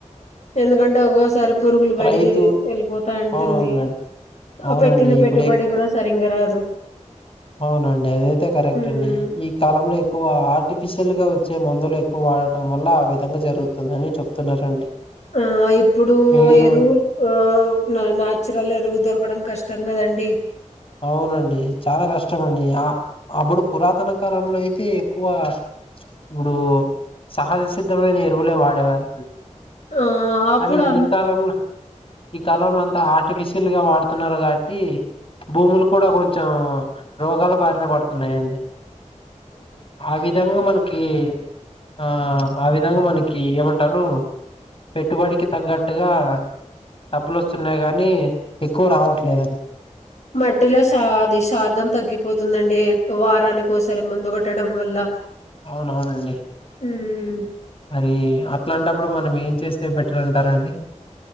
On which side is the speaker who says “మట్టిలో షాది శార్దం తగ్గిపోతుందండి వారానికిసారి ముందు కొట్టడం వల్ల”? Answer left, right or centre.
Left